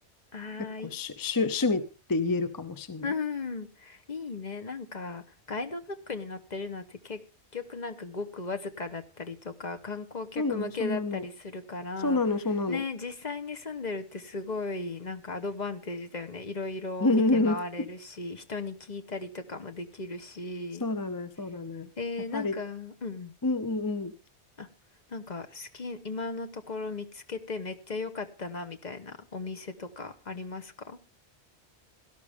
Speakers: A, on the left; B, on the left.
A: あーい
B: 結構しし趣味って言えるかもしれない。
A: うん。いいね。なんか、ガイドブックに載ってるのって結局なんかごくわずかだったりとか、観光客向けだったりするから、
B: そうなの、そんなの。そうなの、そうなの。
A: ね、実際に住んでるってすごいなんかアドバンテージだよね。いろいろ見て回れるし、
B: <laughs>
A: 人に聞いたりとかもできるし。
B: そうだね、そうだね。
A: えー、
B: やっぱり、
A: なんか、うん。
B: うんうんうん、
A: あ、なんか好き、今のところ見つけてめっちゃ良かったな、みたいなお店とかありますか